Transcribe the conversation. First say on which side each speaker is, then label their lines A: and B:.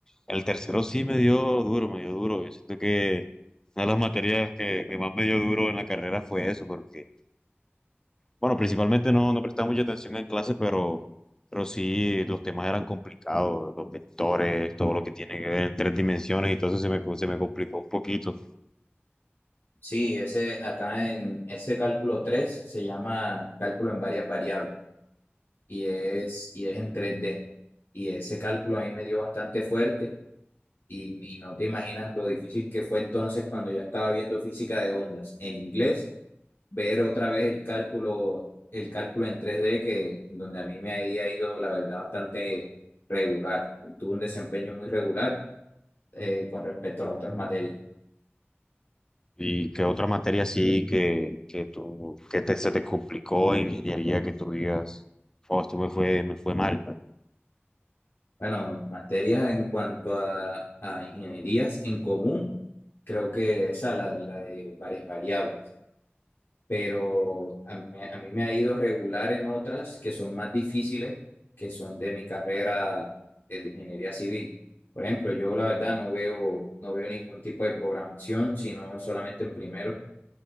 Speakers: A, on the left; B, on the left.
A: el tercero sí me dio duro, me dio duro. Yo siento que una de las materias que, que más me dio duro en la carrera fue eso, porque Bueno, principalmente no, no prestaba mucha atención en clase, pero, pero sí los temas eran complicados, los vectores, todo lo que tiene que ver en tres dimensiones, y entonces se me, se me complicó un poquito.
B: Sí, ese acá en ese cálculo 3 se llama cálculo en varias variables y es, y es en tres d Y ese cálculo a mí me dio bastante fuerte y, y no te imaginas lo difícil que fue entonces cuando ya estaba viendo física de ondas en inglés ver otra vez el cálculo, el cálculo en tres d que donde a mí me había ido, la verdad, bastante regular. Tuve un desempeño muy regular eh, con respecto a las otras materias.
A: ¿Y qué otra materia sí que, que tú, que te, se te complicó en ingeniería que tú digas, oh, esto me fue, me fue mal?
B: Bueno, materias en cuanto a, a ingenierías en común, creo que esa, la, de- la de varias variables. pero a mí, me- a mí me ha ido regular en otras que son más difíciles, que son de mi carrera eh, de ingeniería civil. Por ejemplo, yo la verdad no veo, no veo ningún tipo de programación, sino solamente en primero.